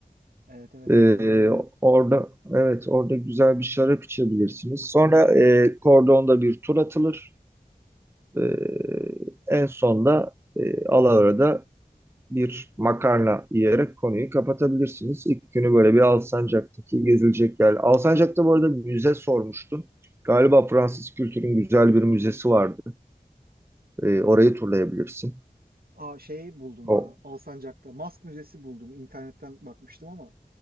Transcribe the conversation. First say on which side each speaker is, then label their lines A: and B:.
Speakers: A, on the right; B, on the right.
A: Evet evet
B: Ee,
A: hatırladım.
B: orada evet orada güzel bir şarap içebilirsiniz. Sonra e, Kordon'da bir tur atılır. Ee, en sonda e, Alaver'de bir makarna yiyerek konuyu kapatabilirsiniz. İlk günü böyle bir Alsancak'taki gezilecek yer. Alsancak'ta bu arada müze sormuştun. Galiba Fransız kültürün güzel bir müzesi vardı. Ee, orayı turlayabilirsin.
A: Aa şey buldum
B: O
A: ya. Alsancak'ta Mask Müzesi buldum. İnternetten bakmıştım ama